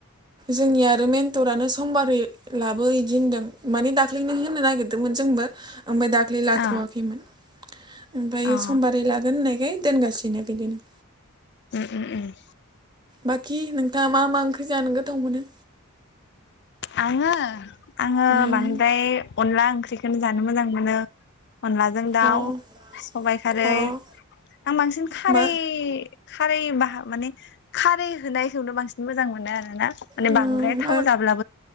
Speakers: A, on the right; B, on the left.
A: जोंनि आरो मेन्टरानो समबारै लाबो बिदि होनदों मानि दा दाख्लैनो होनो नागिरदोंमोन जोंबो ओमफफ्राय दाख्लै लाथ'वाखैमोन।
B: अ
A: ओमफ्रायो
B: अ
A: समबारै लागोन होननायखाय दोनगासिनोनो बिदिनो।
B: उम उम उम।
A: बाखि नोंथाङा मा मा ओंख्रि जानो गोथाव मोनो?
B: आंङो आंङो
A: उम
B: बांद्राय अनला ओंख्रिखौनो जानो मोजां मोनो। अनलाजों दाउ,
A: अ
B: सबाइ खारै
A: अ
B: आं बांसिन खारै
A: मा
B: खारै बाहा माने खारै होनायखौनो बांसिन मोजां मोनो आरो ना। माने
A: उम
B: बांद्राय
A: मा
B: थाव जाब्ला